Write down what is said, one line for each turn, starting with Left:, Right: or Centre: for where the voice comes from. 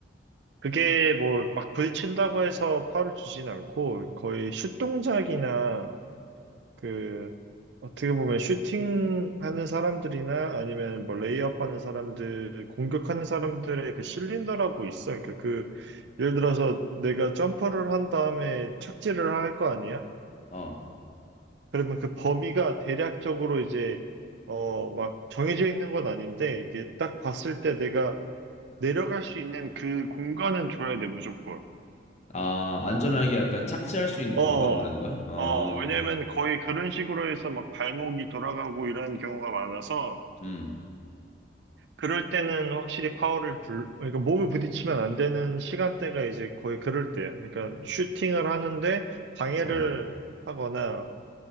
Right: 그게 뭐 막 부딪힌다고 해서 파울을 주진 않고 거의 슛 동작이나 그 어떻게 보면 슈팅하는 사람들이나 아니면 뭐 레이업하는 사람들, 공격하는 사람들의 그 실린더라고 있어. 그러니까 그 예를 들어서 내가 점퍼를 한 다음에 착지를 할 거 아니야?
Left: 어.
Right: 그러면 그 범위가 대략적으로 이제 어 막 정해져 있는 건 아닌데 이게 딱 봤을 때 내가 내려갈 수 있는 그 공간은 줘야 돼 무조건.
Left: 아, 안전하게 약간 착지할 수 있는
Right: 어.
Left: 공간 말하는 거야? 아,
Right: 어, 왜냐면 거의 그런 식으로 해서 막 발목이 돌아가고 이런 경우가 많아서
Left: 음,
Right: 그럴 때는 확실히 파워를 불, 그러니까 몸을 부딪히면 안 되는 시간대가 이제 거의 그럴 때야. 그러니까 슈팅을 하는데 방해를
Left: 어,
Right: 하거나,